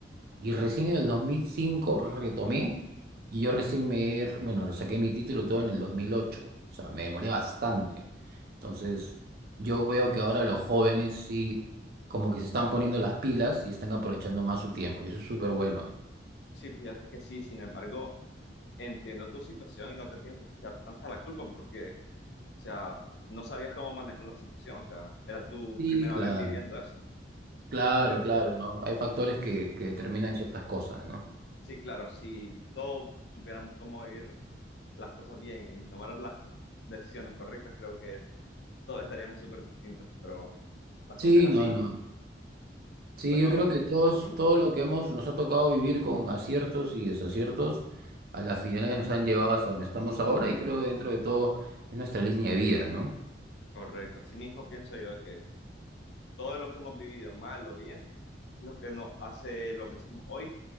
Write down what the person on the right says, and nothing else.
Y recién
en el 2005 retomé y yo recién me, he- bueno, saqué mi título todo en el dos mil ocho o sea, me demoré bastante. Entonces, yo veo que ahora los jóvenes sí, como que se están poniendo las pilas y están aprovechando más su tiempo, y eso es súper bueno.
Sí,
claro,
claro,
claro, ¿no? Hay factores que, que determinan ciertas cosas, ¿no?
Sí,
no, no. Sí,
yo creo que todos,
todo lo que hemos, nos ha tocado vivir con aciertos y desaciertos, a las finales nos han llevado hasta donde estamos ahora y creo que dentro de todo es nuestra línea de vida, ¿no?